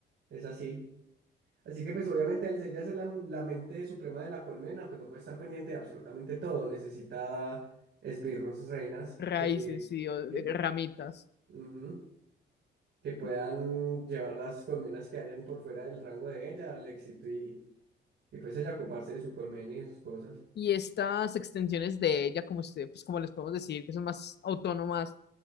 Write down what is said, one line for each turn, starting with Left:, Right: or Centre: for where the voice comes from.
Right: es así. Así que pues obviamente al ser ya ser la, la mente suprema de la colmena, pues no puede estar pendiente de absolutamente todo, necesita esbirros, reinas,
Left: raíces
Right: que...
Left: y o-
Right: que
Left: de- ramitas.
Right: Ujú. Que puedan
Left: Y
Right: llevar las colmenas que hayan por fuera del rango de ella al éxito y, y pues ella ocuparse de su colmena y de sus cosas.
Left: y estas extensiones de ella, como usted pues como les podemos decir, que son más autónomas,